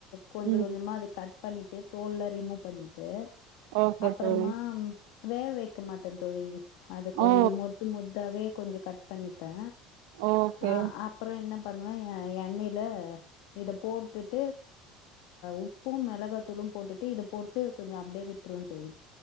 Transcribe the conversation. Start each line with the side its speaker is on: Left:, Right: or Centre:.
Left: கொஞ்ச
Right: ம்
Left: கொஞ்சமா அது கட் பண்ணிட் தோல்லா ரிமூவ் பண்ணிட்டு
Right: ஓகே
Left: அப்றமா
Right: தோழி
Left: வே வைக்க மாட்டே தோழி அது கொஞ்ச
Right: ஓ
Left: மொத்து மொத்தாவே கொஞ்ச கட் பண்ணிப்பே
Right: ஓகே
Left: அ அப்றோ என்ன பண்ணுவே எண்ணெய்ல இத போட்டுட்டு உப்பூ மெளகாத்தூளு போட்டுட்டு இத போட்டு கொஞ்ச அப்டியே விட்ருவே தோழி